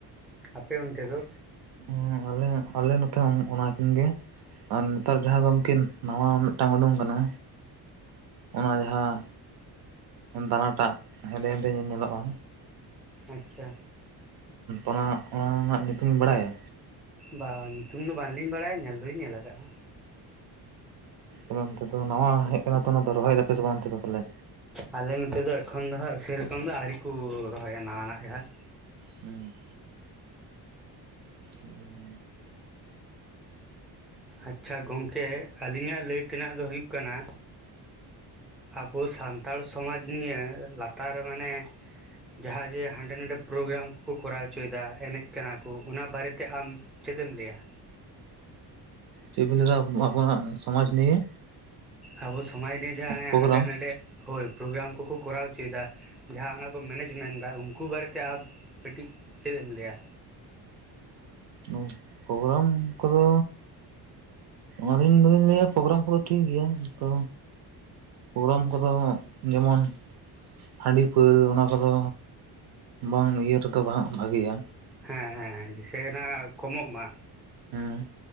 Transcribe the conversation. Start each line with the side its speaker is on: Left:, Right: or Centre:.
Centre: ᱟᱯᱮ ᱚᱱᱛᱮ ᱫᱚ᱾
Right: ᱦᱚᱸ ᱟᱞᱮ ᱟᱞᱮ ᱱᱚᱛᱮ ᱦᱚᱸ ᱚᱱᱟᱠᱤᱱ ᱜᱮ᱾ ᱟᱨ ᱱᱮᱛᱟᱨ ᱡᱟᱦᱟᱸ ᱜᱚᱢᱠᱤᱱ ᱱᱟᱣᱟ ᱢᱤᱫᱴᱟᱝ ᱩᱰᱩᱝ ᱠᱟᱱᱟ ᱚᱱᱟ ᱡᱟᱦᱟᱸ ᱫᱟᱱᱟ ᱴᱟᱜ ᱦᱮᱸᱫᱮ ᱦᱮᱸᱫᱮ ᱧᱮ ᱧᱮᱞᱚᱜ-ᱟ᱾
Centre: ᱟᱪᱪᱷᱟ
Right: ᱚᱱᱟ ᱚᱱᱟ ᱨᱮᱱᱟᱜ ᱧᱩᱛᱩᱢ ᱤᱧ ᱵᱟᱲᱟᱭᱟ᱾
Centre: ᱵᱟᱜ ᱧᱩᱛᱩᱢ ᱫᱚ ᱵᱟᱝᱞᱤᱧ ᱵᱟᱲᱟᱭᱟ ᱧᱮᱞ ᱫᱚᱧ ᱧᱮᱞ ᱠᱟᱜ-ᱟ᱾
Right: ᱚ ᱚᱱᱛᱮ ᱫᱚ ᱱᱟᱣᱟ ᱦᱮᱡ ᱠᱟᱱᱟ ᱛᱚ ᱚᱱᱟ ᱨᱚᱦᱚᱭ ᱫᱟᱯᱮ ᱥᱮ ᱵᱟᱝ ᱚᱱᱛᱮ ᱫᱚ ᱛᱟᱦᱞᱮ᱾
Centre: ᱟᱞᱮ ᱱᱚᱛᱮ ᱫᱚ ᱮᱠᱷᱚᱱ ᱫᱚ ᱦᱟᱸᱜ ᱥᱮᱨᱚᱠᱚᱢ ᱫᱚ ᱟᱹᱣᱨᱤ ᱠᱩ ᱨᱚᱦᱚᱭᱟ ᱱᱟᱣᱟ ᱱᱟᱜ ᱡᱟᱦᱟᱸ᱾
Right: ᱦᱩᱸ ᱦᱚᱸ
Centre: ᱟᱪᱪᱷᱟ ᱜᱚᱝᱠᱮ ᱟᱹᱞᱤᱧᱟᱜ ᱞᱟᱹᱭ ᱛᱮᱱᱟᱜ ᱫᱚ ᱦᱩᱭᱩᱜ ᱠᱟᱱᱟ᱾ ᱟᱵᱚ ᱥᱟᱱᱛᱟᱲ ᱥᱚᱢᱟᱡᱽ ᱱᱤᱭᱟᱹ ᱞᱟᱛᱟᱨ ᱢᱟᱱᱮ ᱡᱟᱦᱟᱸ ᱡᱮ ᱦᱟᱸᱰᱮ ᱱᱟᱰᱮ ᱯᱨᱳᱜᱨᱟᱢ ᱠᱚᱠᱚ ᱠᱚᱨᱟᱣ ᱦᱚᱪᱚᱭᱫᱟ ᱮᱱᱮᱡ ᱠᱟᱱᱟ ᱠᱩ ᱚᱱᱟ ᱵᱟᱨᱮᱛᱮ ᱟᱢ ᱪᱮᱫ ᱮᱢ ᱞᱟᱹᱭᱟ᱾
Right: ᱪᱮᱫ ᱵᱤᱱ ᱞᱟᱹᱭ ᱫᱟ ᱟᱵᱚᱱᱟᱜ ᱥᱚᱢᱟᱡᱽ ᱱᱤᱭᱮ?
Centre: ᱟᱵᱚ ᱥᱚᱢᱟᱡᱽ ᱱᱤᱭᱮ ᱡᱟᱦᱟᱸ
Right: ᱯᱨᱳᱜᱨᱟᱢ
Centre: ᱦᱟᱸᱰᱮ ᱱᱟᱰᱮ ᱦᱳᱭ ᱯᱨᱳᱜᱨᱟᱢ ᱠᱚᱠᱚ ᱠᱚᱨᱟᱣ ᱦᱚᱪᱚᱭᱫᱟ ᱡᱟᱦᱟᱸ ᱚᱱᱟ ᱠᱚ ᱢᱮᱱᱮᱡ ᱢᱮᱱᱴ ᱫᱟ ᱩᱱᱠᱩ ᱵᱟᱨᱮᱛᱮ ᱟᱢ ᱠᱟᱹᱴᱤᱡ ᱪᱮᱫ ᱮᱢ ᱞᱟᱹᱭᱟ?
Right: ᱳ ᱯᱨᱳᱜᱨᱟᱢ ᱠᱚᱫᱚ ᱟᱹᱞᱤᱧ ᱫᱚᱞᱤᱧ ᱞᱟᱹᱭᱟ ᱯᱨᱳᱜᱨᱟᱢ ᱠᱚᱫᱚ ᱴᱷᱤᱠ ᱜᱮᱭᱟ᱾ ᱛᱚ ᱯᱨᱳᱜᱨᱟᱢ ᱠᱚᱫᱚ ᱡᱮᱢᱚᱱ ᱦᱟᱺᱰᱤ ᱯᱟᱹᱣᱨᱟᱹ ᱚᱱᱟ ᱠᱚᱫᱚ ᱵᱟᱝ ᱤᱭᱟᱹ ᱨᱮᱫᱚ ᱵᱟᱝ ᱵᱷᱟ-ᱵᱷᱟᱹᱜᱮᱭᱟ᱾
Centre: ᱦᱮᱸ ᱦᱮᱸ ᱫᱤᱥᱮᱭᱱᱟ ᱠᱚᱢᱚᱜ ᱢᱟ,
Right: ᱦᱮᱸ